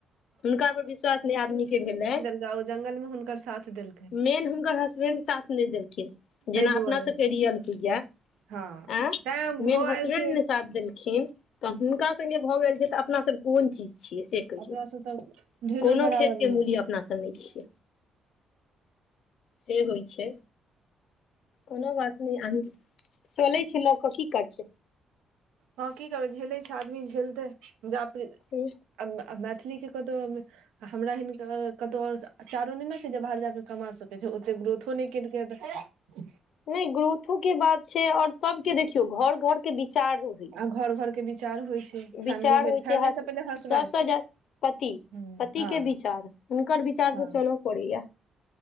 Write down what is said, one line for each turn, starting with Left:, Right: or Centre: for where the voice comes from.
Left: हुनका पर विश्वास नहि आदमी के भेलै।
Right: जाउ जंगलमे हुनकर साथ देलकै
Left: मेन हुनकर हसबेंड साथ नहि देलखिन। जेना
Right: ताहि दुआरे
Left: अपना सबके रियल होइया।
Right: हँ
Left: एं,
Right: तैं भाव
Left: मेन
Right: आयल
Left: हसबैंड
Right: छै
Left: नै साथ देलखिन। तऽ हुनका सङ्गे भऽ गेल छै तऽ अपना सभ कोन चीज छियै से कहियौ।
Right: अपना सब तऽ ढेलो
Left: कोनो
Right: बराबर
Left: खेतके
Right: नहि
Left: मूली अपना सब नहि छियै। से होइ छै। कोनो बात <unintelligible> चलै छै लो क कि करतै?
Right: हँ कि करबै? झेलै छै आदमी झेलतै या फिर
Left: हूँ
Right: अब अब मैथिली के कतहु <unintelligible> हमरा हिनका कतौ और आ चारो नै ने छै जे बाहर जाकऽ कमा सक जे ओते ग्रोथो नहि केलकै ह-त
Left: नहि ग्रोथो के बात छै। और सबके देखियौ घर घर के विचार रू
Right: आ घर घर के विचार होइ छै। फैमिली
Left: विचार
Right: भेल।
Left: होइ
Right: फैमिली
Left: छै हस
Right: से पहिले हसबेंड।
Left: सबसँ जा पति,
Right: हँ
Left: पतिके विचार, हुनकर विचार
Right: हँ
Left: से चलो पड़ैया।